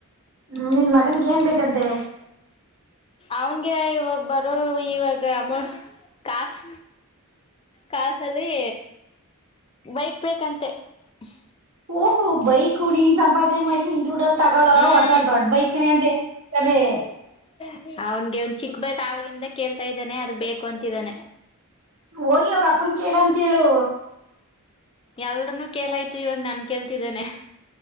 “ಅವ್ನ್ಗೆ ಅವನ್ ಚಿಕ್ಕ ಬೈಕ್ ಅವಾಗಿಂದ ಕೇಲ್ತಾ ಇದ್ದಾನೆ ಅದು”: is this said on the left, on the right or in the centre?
Left